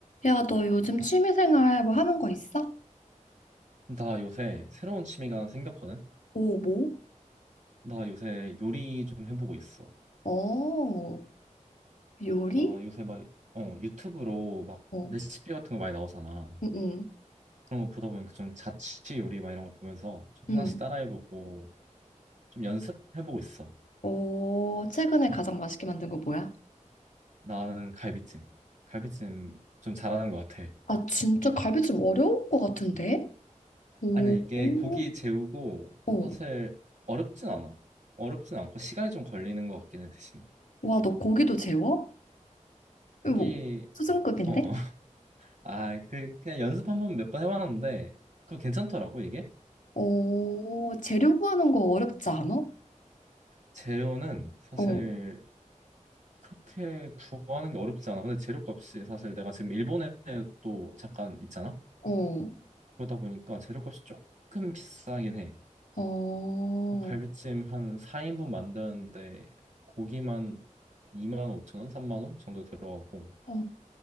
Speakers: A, on the left; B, on the right.
A: 야, 너 요즘 취미생활 뭐 하는 거 있어?
B: 나 요새 새로운 취미가 하나 생겼거든?
A: 오, 뭐?
B: 나 요새 요리 좀 해보고 있어.
A: 어, 요리?
B: 나 요새 막, 어, 유튜브로 막
A: 어,
B: 레시피 같은 거 많이 나오잖아.
A: 응, 응,
B: 그런 거 보다 보니까 좀 자취 요리 막 이런 거 보면서 좀
A: 응.
B: 하나씩 따라해보고 좀 연습해보고 있어.
A: 어, 최근에 가장 맛있게 만든 거 뭐야?
B: 나는 갈비찜. 갈비찜 좀 잘하는 것 같아.
A: 아, 진짜 갈비찜 어려울 것 같은데? 오,
B: 아니, 이게
A: 오.
B: 고기 재우고
A: 어.
B: 사실 어렵진 않아. 어렵진 않고 시간이 좀 걸리는 것 같긴 해, 대신.
A: 와, 너 고기도 재워? 이거
B: 고기,
A: 뭐, 수준급인데?
B: 어. 아, 그, 그냥 연습 한 번 몇 번 해봤는데, 그거 괜찮더라고, 이게?
A: 오, 재료 구하는 거 어렵지 않아?
B: 재료는 사실
A: 어,
B: 그렇게 구하는 게 어렵지 않아. 근데 재료값이 사실 내가 지금 일본에 또 잠깐 있잖아?
A: 어,
B: 그러다 보니까 재료값이 조금 비싸긴 해.
A: 어,
B: 어, 갈비찜 한 4인분 만드는데 고기만 2만 5천 원, 3만 원 정도 들어가고.
A: 어.